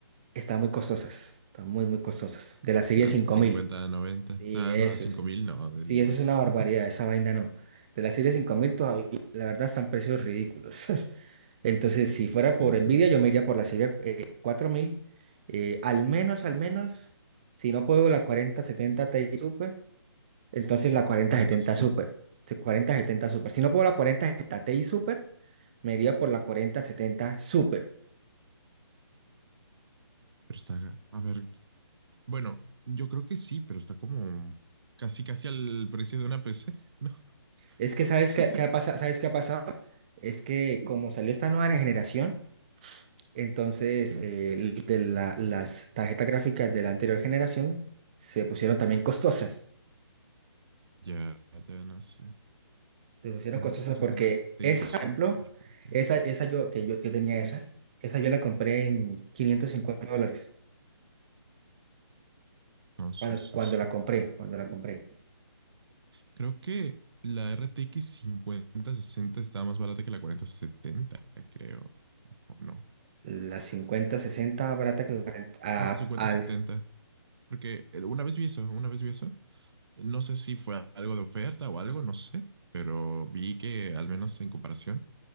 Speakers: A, on the right; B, on the right.
A: están muy costosas, están muy, muy costosas. De la serie
B: Las
A: 5000.
B: 50, 90.
A: Y
B: Ah,
A: eso
B: no, cinco
A: es.
B: mil? no, del
A: Sí,
B: loco.
A: eso es una barbaridad,
B: <laughs>
A: esa vaina no. De la serie 5000 todavía, la verdad, están precios ridículos. <laughs> Entonces, si fuera
B: Sí,
A: por
B: sí,
A: Nvidia,
B: sí.
A: yo me iría por la serie eh, 4000. eh, al menos, al menos, si no puedo la 4070 Ti Super, entonces la cuarenta
B: Cuarenta,
A: setenta
B: sesenta,
A: Super. sí, cuarenta setenta Super. Si no puedo la 4070 Ti Super, me iría por la cuarenta setenta Super.
B: Pero está, a ver, bueno, yo creo que sí, pero está como casi, casi al precio de una PC, ¿no?
A: Es que, ¿sabes
B: <laughs>
A: qué, qué ha pasa- ¿Sabes qué ha pasado? Es que como salió esta nueva generación, Entonces,
B: Ya,
A: eh, l- de la- las tarjetas gráficas de la anterior generación se pusieron también costosas.
B: ya, ya no sé.
A: Se pusieron
B: 40,
A: costosas
B: 70,
A: porque
B: Ti
A: esa,
B: Super,
A: por ejemplo,
B: ok.
A: esa, esa yo, que yo, yo tenía esa, esa yo la compré en 550 dólares.
B: No, sí,
A: Cuando,
B: sí,
A: cuando
B: sí.
A: la compré, cuando la compré.
B: Creo que la RTX 5060 estaba más barata que la 4070, creo. O no.
A: La cincuenta sesenta barata que la, a,
B: No, 5070.
A: a
B: Porque una vez vi eso, una vez vi eso. No sé si fue algo de oferta o algo, no sé. Pero vi que, al menos en comparación,